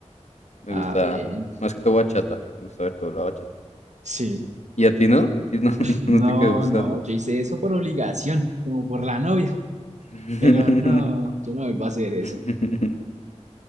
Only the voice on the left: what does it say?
Me
gusta,
más que todo bachata, me gusta ver toda la bachata.
¿Y a ti no? ¿A ti no, <laughs>
no te quedó gustando?
<laughs>
<laughs>